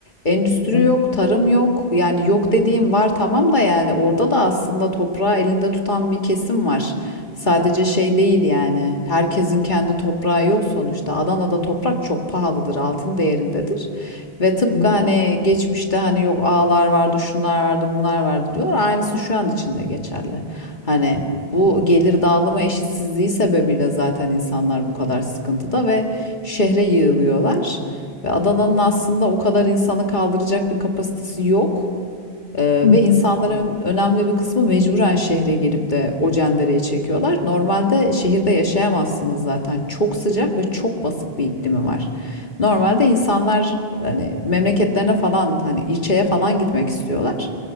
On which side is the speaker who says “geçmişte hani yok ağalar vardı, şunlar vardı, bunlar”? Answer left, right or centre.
Left